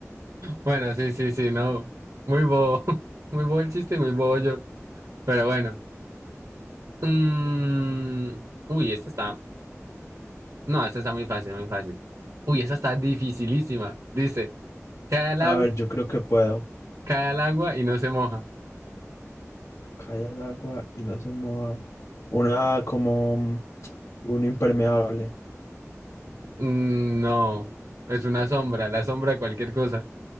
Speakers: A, on the right (about 85°); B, on the left (about 70°).
A: Bueno, sí, sí, sí, no. Muy bobo. <laughs> Muy bobo el chiste y muy bobo yo. Pero bueno. Mm, Uy, esta está. No, esta está muy fácil, muy fácil. Uy, esta está dificilísima. Dice, cae al
B: A
A: agua,
B: ver, yo creo que puedo.
A: cae al agua y no se moja.
B: Cae al agua y no se mueva. Una como un un impermeable.
A: Mm, no, es una sombra, la sombra de cualquier cosa.